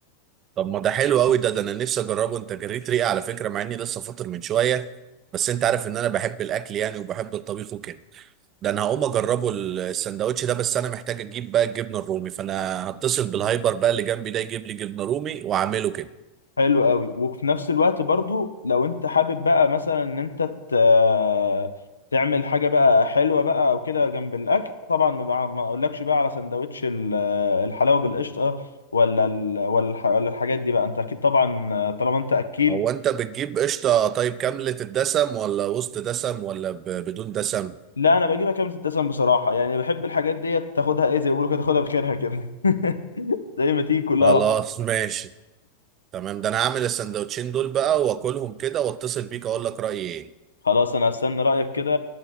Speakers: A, on the right (about 30°); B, on the left (about 75°).
A: طب ما ده حلو قوي ده ده انا نفسي اجربه انت جريت ريقي على فكره مع اني لسه فاطر من شويه بس انت عارف ان انا بحب الاكل يعني وبحب الطبيخ وكده ده انا هقوم اجربه ال- السندوتش ده بس انا محتاج اجيب بقى الجبنه الرومي فانا هتصل بالهايبر بقى اللي جنبي ده يجيب لي جبنه رومي واعمله كده
B: حلو قوي وفي نفس الوقت برضو لو انت حابب بقى مثلا ان انت ت- تعمل حاجه بقى حلوه بقى او كده جنب الاكل طبعا ما بع- ما اقولكش بقى على سندوتش ال- الحلاوه بالقشطه ولا ال... ولا الح- ولا الحاجات دي بقى انت اكيد طبعا طالما انت اكيل
A: هو انت بتجيب قشطه طيب كامله الدسم ولا وسط دسم ولا ب- بدون دسم
B: لا انا بجيبها كام دسم بصراحه يعني بحب الحاجات دي تاخدها ايه زي ما بيقولوا كده تاخدها بخيرها كده <laughs> زي ما تيجي كلها
A: خلاص
B: على بعض
A: ماشي تمام ده انا هعمل السندوتشين دول بقى واكلهم كده واتصل بيك اقول لك رايي ايه
B: خلاص انا هستنى رايك كده